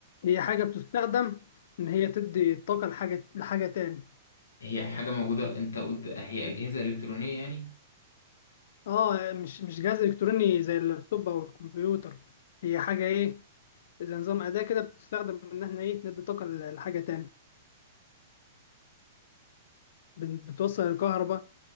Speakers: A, on the left (about 55°); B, on the left (about 65°).
A: هي حاجة بتستخدم إن هي تدي طاقة لحاجة لحاجة تاني
B: هي حاجة موجودة أنت قلت هي أجهزة إلكترونية يعني؟
A: أه مش مش جهاز إلكتروني زي اللابتوب أو الكمبيوتر هي حاجة إيه زي نظام أداة كده بتستخدم إن إحنا إيه ندي طاقة ل- لحاجة تاني بن- بتوصل الكهرباء